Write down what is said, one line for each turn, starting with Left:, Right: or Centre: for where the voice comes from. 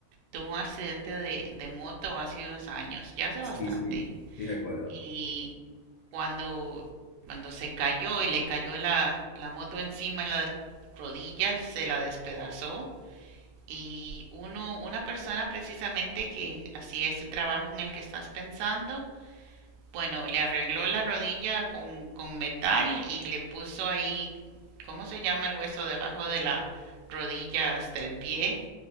Right: tuvo un accidente de, de moto hace unos años, ya hace
Left: Sí,
Right: bastante.
Left: sí, sí recuerdo.
Right: Y cuando, cuando se cayó y le cayó la, la moto encima en la rodilla, él se la despedazó. Y uno, una persona precisamente que hacía ese trabajo en el que estás pensando, bueno, le arregló la rodilla con, con metal y le puso ahí, ¿cómo se llama el hueso debajo de la rodilla hasta el pie?